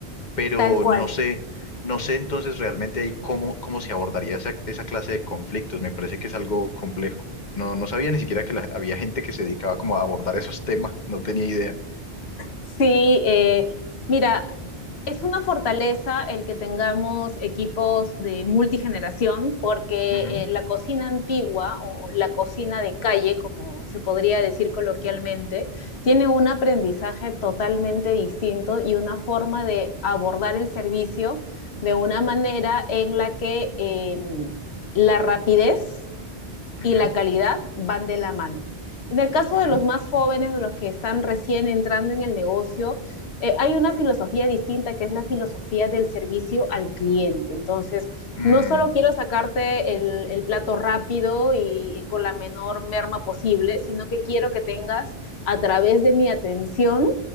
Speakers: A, on the left; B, on the left.
A: pero
B: Tal cual.
A: no sé, no sé entonces realmente ahí cómo, cómo se abordaría esa, esa clase de conflictos. Me parece que es algo complejo. No, no sabía ni siquiera que la- había gente que se dedicaba como a abordar esos temas, no tenía idea.
B: Sí, eh, mira, es una fortaleza el que tengamos equipos de multigeneración porque
A: Ujú,
B: eh, la cocina antigua o la cocina de calle, como se podría decir coloquialmente, tiene un aprendizaje totalmente distinto y una forma de abordar el servicio de una manera en la que eh, la rapidez
A: ujú,
B: y la calidad van de la mano. En el caso
A: ujú.
B: de los más jóvenes, de los que están recién entrando en el negocio, eh, hay una filosofía distinta que es la filosofía del servicio al cliente. Entonces,
A: Mm,
B: no solo quiero sacarte el, el plato rápido y, y, con la menor merma posible, sino que quiero que tengas a través de mi atención